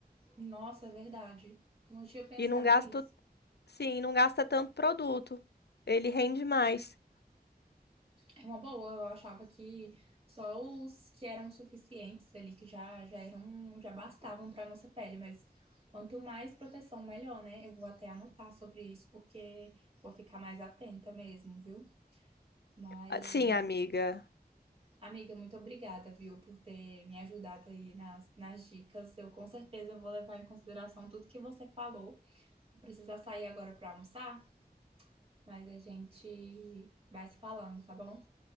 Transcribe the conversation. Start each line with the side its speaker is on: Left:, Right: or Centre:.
Right: Nossa, é verdade. Eu não tinha pensado
Left: E não gasto,
Right: nisso.
Left: sim, não gasta tanto produto. Ele rende mais.
Right: É uma boa, eu achava que só os que eram suficientes ali, que já, já eram, já bastavam para nossa pele, mas quanto mais proteção, melhor, né? Eu vou até anotar sobre isso, porque vou ficar mais atenta mesmo, viu? Mas,
Left: Ah, Sim, amiga.
Right: amiga, muito obrigada, viu, por ter me ajudado aí nas, nas dicas. Eu com certeza vou levar em consideração tudo que você falou. Precisa sair agora para almoçar, mas a gente vai se falando, tá bom?